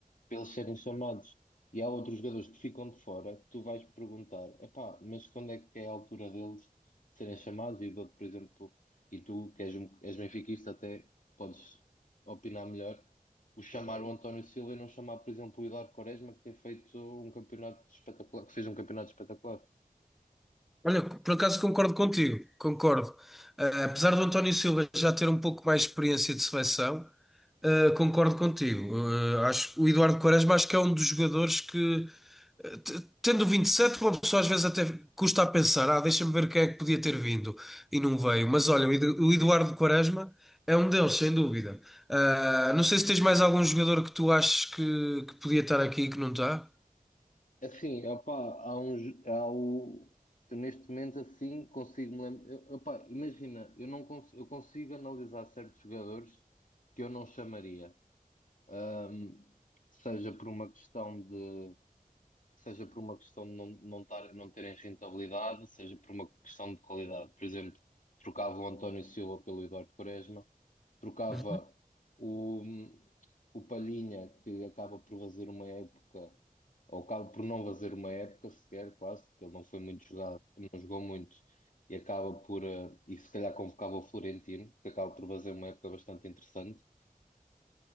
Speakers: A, on the left; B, in the centre.
A: pelos serem chamados. E há outros jogadores que ficam de fora que tu vais perguntar, epá, mas quando é que é a altura deles serem chamados? E dou-te, por exemplo, e tu que és, um- és benfiquista até podes opinar melhor, o chamar o Uhum. António Silva e não chamar, por exemplo, o Hilário Quaresma, que tem feito um campeonato espetacular, que fez um campeonato espetacular.
B: Olha, por acaso concordo contigo, concordo. Eh, apesar do António Silva já ter um pouco mais de experiência de seleção, eh, concordo contigo. Eh, acho o Eduardo Quaresma acho que é um dos jogadores que, eh, t- tendo 27, uma pessoa às vezes até custa a pensar, ah, deixa-me ver quem é que podia ter vindo e não veio. Mas olha, o Edu- o Eduardo Quaresma é um deles, sem dúvida. Ah, não sei se tens mais algum jogador que tu achas que, que podia estar aqui e que não está.
A: Assim, opá, há uns, há o, eu neste momento assim consigo me lembrar. Opá, Imagina, eu não cons- eu consigo analisar certos jogadores que eu não chamaria, Ahm, seja por uma questão de seja por uma questão de não, não, tar, não terem rentabilidade, seja por uma questão de qualidade. Por exemplo, trocava o António Silva pelo Eduardo Quaresma, trocava
B: Uhum.
A: o, o Palhinha, que acaba por fazer uma época, ou acaba por não fazer uma época sequer, quase, porque ele não foi muito jogado, não jogou muito, e acaba por, eh, e se calhar convocava o Florentino, que acaba por fazer uma época bastante interessante.